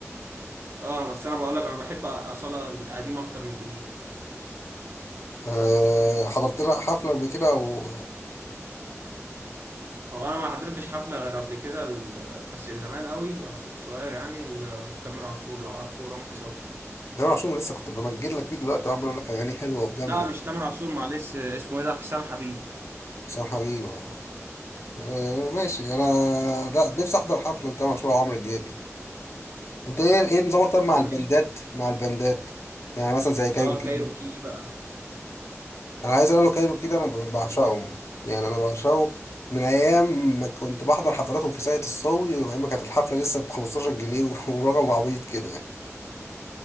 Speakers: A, on the right; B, on the left.
A: اه بس انا بقول لك انا بحب اصاله القديم اكتر من الجديد
B: أه حضرت لها حفلة قبل كده و
A: هو انا ما حضرتش حفله غير قبل كده ال- بس زمان قوي وانا كنت صغير يعني ال- تامر عاشور لو عارفه رامي صبري
B: جمال عاشور لسه كنت بمجد لك فيه دلوقتي وعمال اقول لك أغاني حلوة وجامدة
A: لا مش تامر عاشور معلش اسمه ايه ده حسام حبيب
B: حسام حبيب اه آه، ماشي أنا لا نفسي أحضر حفلة لتامر عاشور وعمرو دياب يعني أنت إيه إيه نظامك طب مع
A: انا
B: البندات
A: نفسي
B: مع البندات يعني مثلا زي كايروكي
A: اه كايروكي
B: مثلاً.
A: بقى
B: أنا عايز أقول له كايروكي ده أنا ب- بعشقهم يعني أنا بعشقه من أيام ما كنت بحضر حفلاتهم في ساقية الصاوي وأيام ما كانت الحفلة لسه ب 15 جنيه <laughs> ورقم عبيط كده يعني